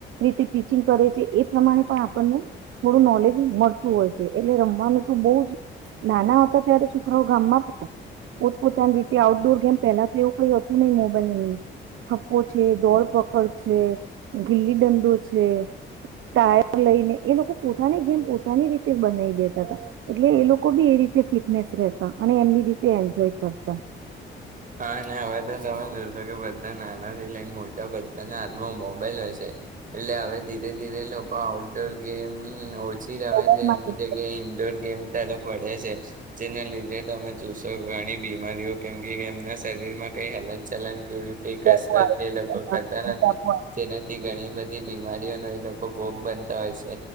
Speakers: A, on the right (about 80°); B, on the right (about 45°).
A: રીતે ટીચિંગ કરે છે એ પ્રમાણે પણ આપણને થોડું નોલેજ મળતું હોય છે એટલે રમવાનું તો બહુ જ નાના હતા ત્યારે છોકરાઓ ગામમાં પણ પોતપોતાની રીતે આઉટડોર ગેમ પહેલા તો એું કઈ હતું હતું નહી મોબની થપ્પો છે દોડ પકડ છે ગીલી દંડો છે ટાયર લઈને એ લોકો પોતાની ગેમ પોતાની રીતે બનાવી દેતા હતા એટલે એ લોકો બી એ રીતે ફિટનેસ રતા અને એમની રીતે એન્જોય કરતા
B: હા હવે તો તમે જોશો કે બધા નાનાથી લઈને મોટા બધાના હાથમાં મોબાઈલ હોય છે એટલે હવે ધીરે ધીરે લોકો આઉટડોર ગેમ શી રમે
A: મોબાઈલમાં
B: છે નીજ
A: જ
B: કે ઇન્ડોર ગેમ તાર પડે છે જેના લીધે તમે જોશો ઘણી બીમારીઓ કેમ કેમ ના શરીરમાં કઈ હલન ચલન ઈ
A: ટેપો
B: કસરત
A: આવે છે,
B: એ લોકો
A: એના
B: કરતા
A: મોટાપો
B: નથી
A: આવે છે.
B: જેનાથી ઘણી બધી બીમારીઓનો એ લોકો ભોગ બનતા હોય છે